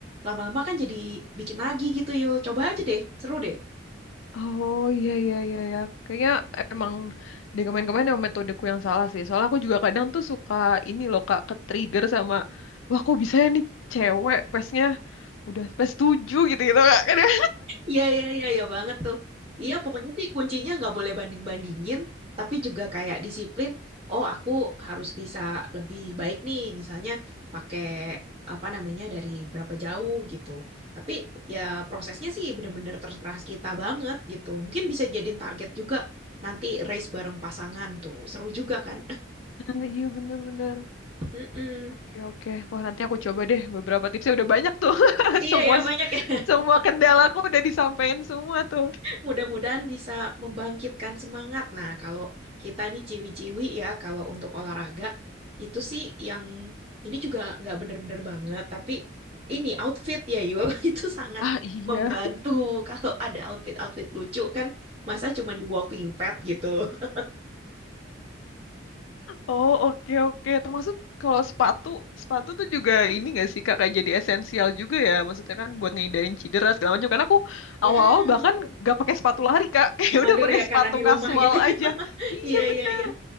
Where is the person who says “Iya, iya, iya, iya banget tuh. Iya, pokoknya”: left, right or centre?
Right